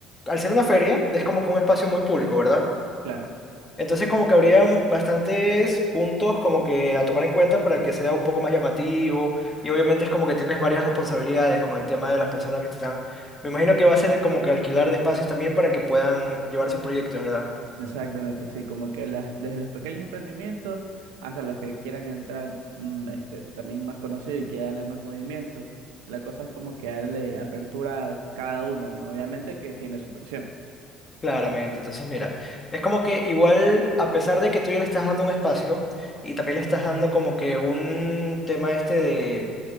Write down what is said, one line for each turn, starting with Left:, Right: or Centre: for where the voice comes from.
Left: al ser una feria, es como que un espacio muy público, ¿verdad?
Right: Claro,
Left: Entonces como que habrían bastantes puntos como que a tomar en cuenta para que sea un poco más llamativo y obviamente es como que tienes varias responsabilidades con el tema de las personas que te están... Me imagino que va a ser como que alquilar de espacios también para que puedan llevar sus proyectos, ¿verdad?
Right: exactamente, sí, como que las, desde los pequeños emprendimientos hasta los que quieran entrar mm, este, también más conocidos y que darle más movimiento, la cosa es como que darle apertura a cada uno, ¿no? Obviamente que tiene su inversión.
Left: Claramente, entonces mira, es como que igual a pesar de que tú ya le estás dando un espacio y también le estás dando como que un tema este